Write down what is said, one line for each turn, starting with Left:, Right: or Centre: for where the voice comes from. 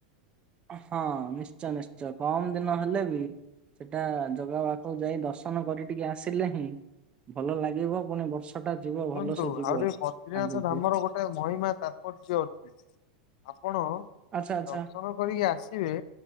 Right: ହଁ ନିଶ୍ଚୟ ନିଶ୍ଚୟ କମ୍ ଦିନ ହେଲେ ବି ସେଟା ଜଗା ପାଖକୁ ଯାଇ ଦର୍ଶନ କରି ଟିକେ ଆସିଲେ ହିଁ ଭଲ ଲାଗିବ ପୁଣି ବର୍ଷ ଟା ଯିବ
Left: ଶୁଶୁନ୍ତୁ
Right: ଭଲସେ ଯିବ
Left: ଆଉ ଟିକେ ବଦ୍ରିନାଥ
Right: ଆଗକୁ
Left: ଧାମର ଗୋ ତା ମହିମା ତାତ୍ପର୍ଯ୍ୟ ଅଛି ଆପଣ ଦର୍ଶନ
Right: ଆଚ୍ଛା ଆଚ୍ଛା
Left: କରିକି ଆସିବେ